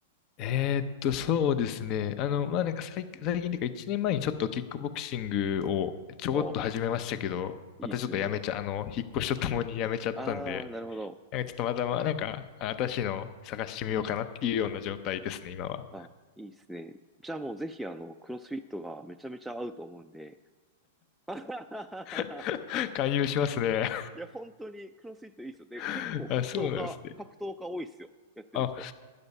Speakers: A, on the left (about 40°); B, in the centre.
A: えーっと、そうですね。あの、まあなんか最、最近というか1年前にちょっとキックボクシングをちょこっと始めましたけど、
B: ああ、いいっすね。
A: またちょっとやめちゃ、あの、引っ越しとともに <laughs> やめちゃったんで、
B: ああ、なるほど。
A: なんかちょっとまたまあなんか新しいのを探してみようかなっていうような状態ですね、今は。
B: あ、いいっすね。じゃあもうぜひ、あの、クロスフィットがめちゃめちゃ合うと思うんで。<laughs>
A: <laughs> 勧誘しますね。
B: いや、本当にクロスフィットいいっすよ。で、
A: <laughs>
B: 結構格闘家、
A: あ、そうなんですね。
B: 格闘家多いっすよ。やってる人。
A: あ、